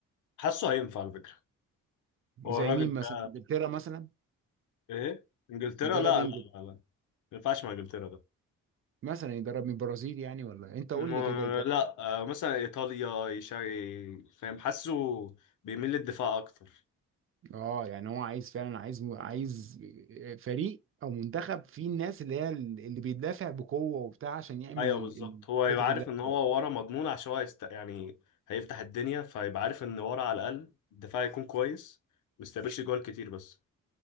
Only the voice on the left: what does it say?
حاسه هينفع على فكره هو
الراجل
ده
ايه انجلترا
لا
لا لا لا ما ينفعش مع انجلترا ده
م...
لا آه، مثلا ايطاليا يشاري فاهم حاسه بيميل للدفاع اكتر
ايوه
بالظبط هو
يبقى عارف
ان هو
ورا مضمون عشان هو يست... يعني هيفتح الدنيا فيبقى عارف ان ورا على الاقل الدفاع يكون كويس ما يستقبلش جوال كتير بس